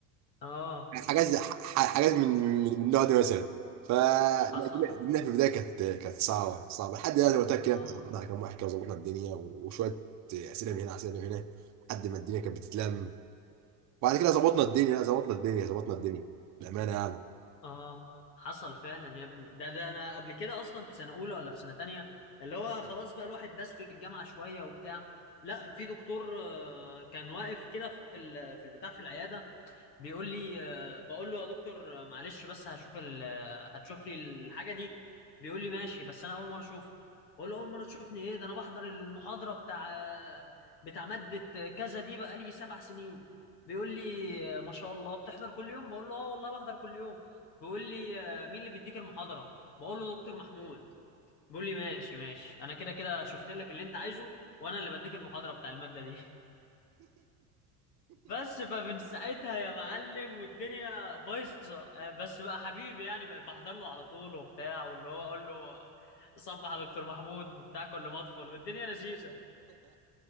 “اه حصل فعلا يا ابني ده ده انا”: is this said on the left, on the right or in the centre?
Left